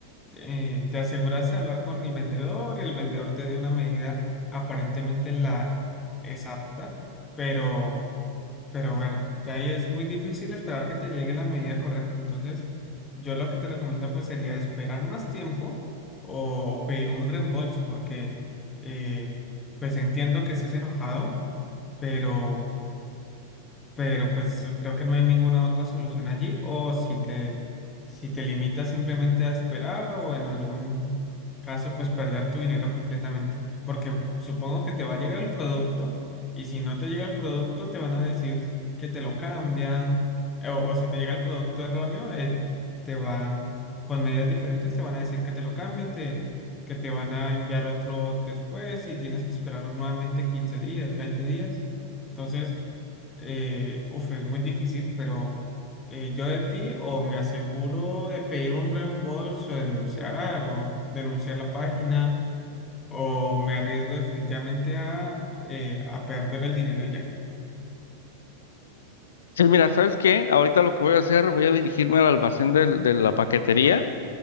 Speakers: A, on the left (about 20°); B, on the left (about 60°).
A: eh, te aseguras de hablar con el vendedor y el vendedor te dio una medida aparentemente la exacta, pero... Pero bueno, ya ahí es muy difícil esperar que te llegue la medida correcta. Entonces, yo lo que te recomiendo pues sería esperar más tiempo o, o pedir un reembolso porque eh, pues entiendo que estés enojado, pero pero pues creo que no hay ninguna otra solución allí, o si te, si te limitas simplemente a esperar o en algún caso pues perder tu dinero completamente, porque supongo que te va a llegar el producto y si no te llega el producto te van a decir que te lo cambian, eh, o, o si te llega el producto erróneo, eh, te van, con medidas diferentes te van a decir que te lo cambian, te, que te van a enviar otro después y tienes que esperar nuevamente 15 días, 20 días. Entonces, eh, uf, es muy difícil, pero eh, yo de ti o me aseguro de pedir un reembolso, denunciar o denunciar la página, o me arriesgo definitivamente a, eh, a perder el dinero y ya.
B: Sí, mira, ¿sabes qué? Ahorita lo que voy a hacer, voy a dirigirme al almacén del- de, la paquetería